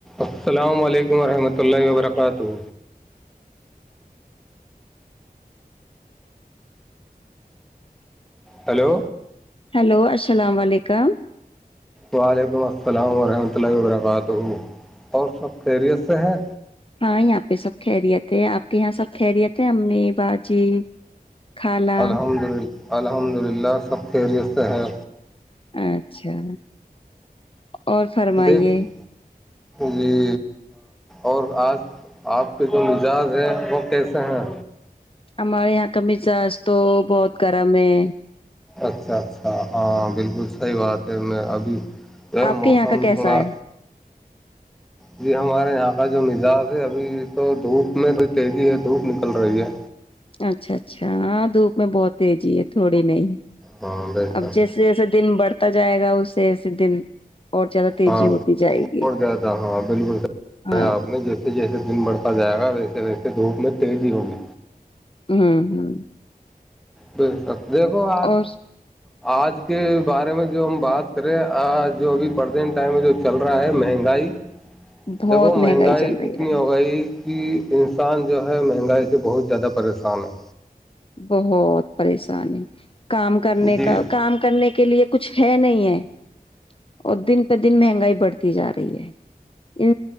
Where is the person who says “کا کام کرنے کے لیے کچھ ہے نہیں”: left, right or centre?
Left